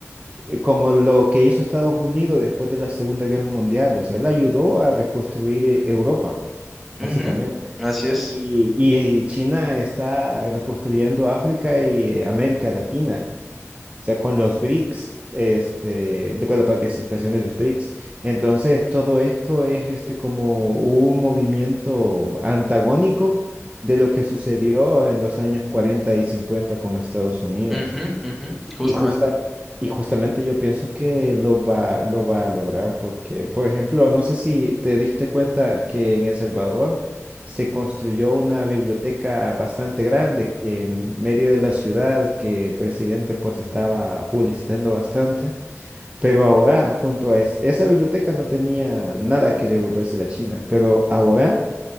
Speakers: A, on the right; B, in the centre.
A: eh, como lo que hizo Estados Unidos después de la Segunda Guerra Mundial. O sea, él ayudó a reconstruir eh, Europa,
B: Ujú,
A: básicamente.
B: Así es.
A: Y, y China está reconstruyendo África y eh, América Latina, o sea, con los BRICS, este, con la participación de los BRICS. Entonces, todo esto es este, como un movimiento antagónico de lo que sucedió en los años 40 y 50 con Estados Unidos.
B: Ujú, ujú, Justamente.
A: Y, justa, y justamente yo pienso que lo va, lo va a lograr porque, por ejemplo, no sé si te diste cuenta que en El Salvador se construyó una biblioteca bastante grande que en medio de la ciudad, que el presidente pues estaba publicitando bastante, pero ahora junto a es- esa biblioteca no tenía nada que devolverse a China, pero ahora